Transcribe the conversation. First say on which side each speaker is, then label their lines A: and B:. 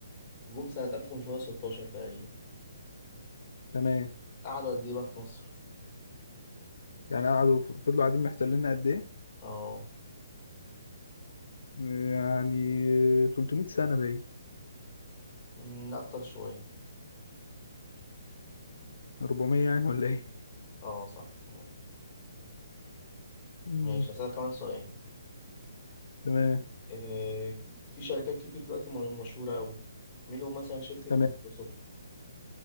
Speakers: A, on the left (about 20°); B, on the left (about 75°).
A: جم سنة 1516 تقريبا
B: تمام
A: قعدوا قد إيه بقى في مصر؟
B: يعني قعدوا فضلوا قاعدين محتليننا قد ايه؟
A: اه
B: يعني 300 سنة باين
A: أمم، أكتر شوية
B: 400 يعني ولا ايه
A: اه صح
B: مم.
A: ماشي هسألك كمان سؤال
B: تمام
A: آه في شركات كتير دلوقتي م- مشهورة أوي منهم مثلا شركة
B: تمام
A: مايكروسوفت